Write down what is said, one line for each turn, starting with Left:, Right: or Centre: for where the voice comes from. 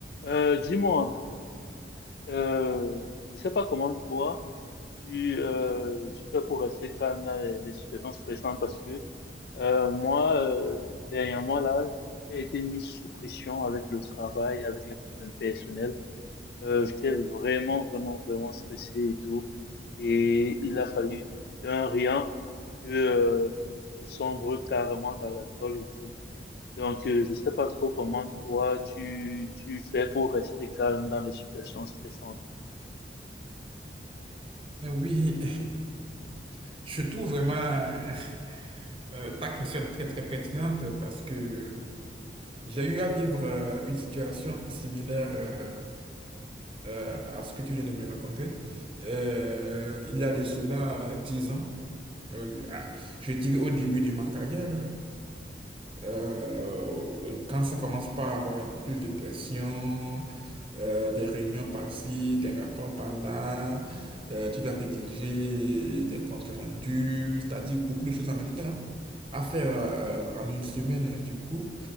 Left: Euh, dis-moi, euh, je sais pas comment toi tu euh, tu fais pour rester calme dans les, les situations stressantes parce que euh, moi euh, dernièrement là j'ai été mis sous pression avec le travail, avec les problèmes personnels. Euh, j'étais vraiment vraiment vraiment stressé et tout et il a fallu d'un rien que euh, je sombre carrément dans l'alcool et tout. Donc, euh, je sais pas trop comment toi, tu, tu fais pour rester calme dans les situations stressantes.
Right: Euh, Oui, <laughs> je trouve vraiment euh, euh, ta question très très pertinente parce que j'ai eu à vivre euh, une situation similaire euh, euh, à ce que tu viens de me raconter. Euh, il y a de cela dix ans, euh, à- je dirais au début de ma carrière. Euh, quand ça commence pas à avoir un peu plus de pression, euh, des réunions par-ci, des rapports par-là, euh, tu dois rédiger des comptes rendus, c'est-à-dire beaucoup de choses en même temps à faire euh, en une semaine. Du coup,